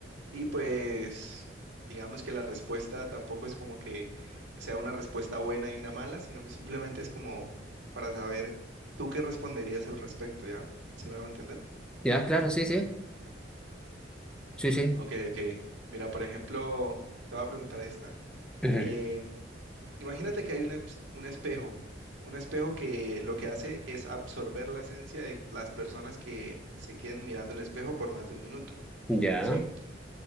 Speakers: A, on the right; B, in the centre.
A: Y pues, digamos que la respuesta tampoco es como que sea una respuesta buena y una mala, sino que simplemente es como para saber tú qué responderías al respecto, ¿ya? ¿Sí me hago entender?
B: Ya, claro, sí, sí. Sí, sí.
A: Ok, ok. Mira, por ejemplo, te voy a preguntar esta.
B: Ujú.
A: Eh, imagínate que hay un, eps- un espejo, un espejo que lo que hace es absorber la esencia de las personas que se queden mirando el espejo por más de un minuto,
B: Ya.
A: ¿sí?